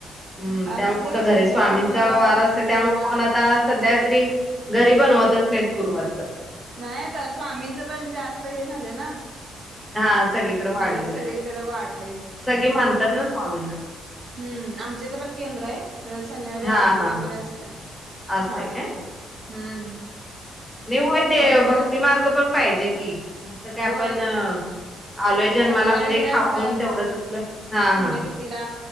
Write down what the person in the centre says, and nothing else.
हम्म
त्यामुळ
कुठे घरी
स्वामींचा
वार असतोय
त्यामुळ कोण आता सध्या तरी घरी बनवतच नाही गुरुवारी.
हां, सगळीकडे
वाढलेलं
आहे.
सगळी मानतात ना स्वामींना.
हां,
हां,
हां.
असतंय
नी होय ते
भक्ती
मार्ग पण पाहिजे कि नसत काय
आपण आलोय
जन्माला
म्हणजे
खाऊन
तेवढंच आपलं हा
हा